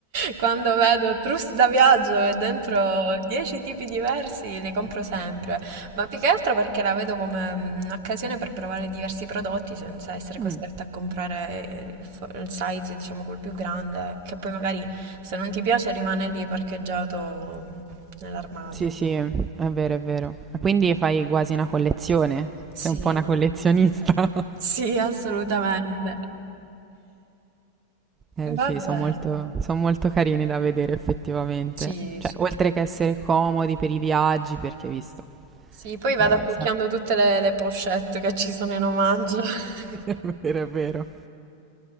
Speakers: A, on the right; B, on the right.
A: Quando vedo trousse da viaggio e dentro 10 tipi diversi le compro sempre, ma più che altro perché la vedo come mm, un'occasione per provare diversi prodotti senza essere costretta
B: Mm.
A: a comprare eh, il, fo- il size, diciamo, quel più grande, che poi magari se non ti piace rimane lì parcheggiato nell'armadio.
B: Sì, sì, è vero, è vero. Ma quindi fai quasi una collezione?
A: Sì,
B: Sei un po' una collezionista? <laughs>
A: sì, assolutamente.
B: Eh
A: Vabbè,
B: sì, sono molto, son molto carini da vedere effettivamente.
A: sì,
B: Cioè,
A: sì,
B: oltre
A: troppo.
B: che essere comodi per i viaggi, perché visto.
A: Sì, poi vado
B: Eh,
A: accucchiando
B: sa-
A: tutte le, le pochette che ci sono in omaggio. <laughs>
B: <laughs> È vero, è vero.